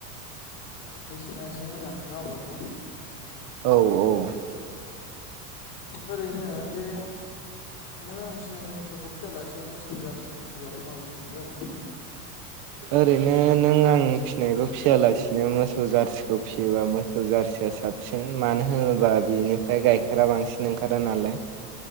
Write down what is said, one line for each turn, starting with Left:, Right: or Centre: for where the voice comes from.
Left: बेसेना एसे मोजांना अब्लाथ'
Right: औ औ
Left: ओरैनो बे नों आं फिनाय मोसौखौ फियालासे मोसौ जारसिखौ फिबालाय माबायदिसो जागोन
Right: ओरैनो नों आं फिसिनायखौ फिसियालासिनो मोजां मोसौ जारसिखौ फिसियोबा मोसौ जारसिया साबसिन मानो होनोबा बिनिफ्राय गाइखेरा बांसिन ओंखारो नालाय